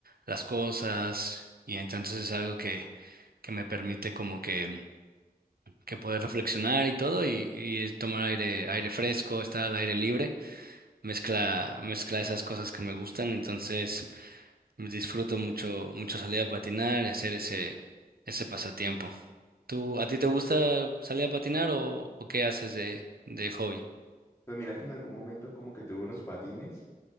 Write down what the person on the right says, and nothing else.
las cosas y entonces es algo que, que me permite como que, que poder reflexionar y todo y, y tomar aire, aire fresco, estar al aire libre mezcla, mezcla esas cosas que me gustan, entonces Disfruto mucho, mucho salir a patinar y hacer ese, ese pasatiempo. ¿Tú, a ti te gusta salir a patinar o, o qué haces de, de hobby?